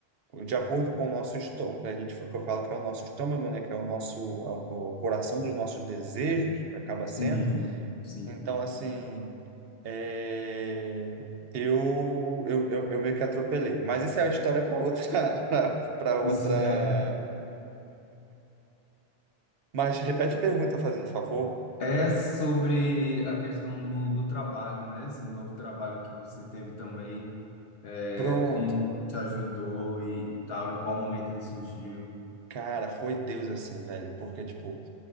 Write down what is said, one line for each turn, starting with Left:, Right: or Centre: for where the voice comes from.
Right: de acordo com o nosso estômago. né, A gente, que eu falo que é o nosso estômago, né? Que é o nosso, o o coração dos nossos desejos, que acaba
Left: sim,
Right: sendo.
Left: sim.
Right: Então, assim, é, eu, eu, eu, eu meio que atropelei. Mas essa é a história para outra, <laughs> para
Left: <laughs>
Right: outra.
Left: É,
Right: Mas repete a pergunta, fazendo favor.
Left: é sobre a questão do, do trabalho, né? Esse novo trabalho que você teve também, é,
Right: Pronto.
Left: como te ajudou e, e tal, em qual momento ele surgiu.
Right: Cara, foi Deus assim, velho, porque, tipo,